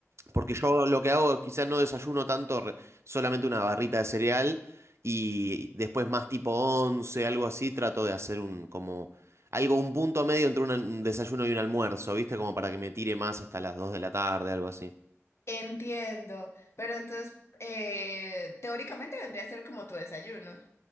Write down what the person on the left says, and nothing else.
entiendo. Pero entonces, eh, teóricamente vendría a ser como tu desayuno.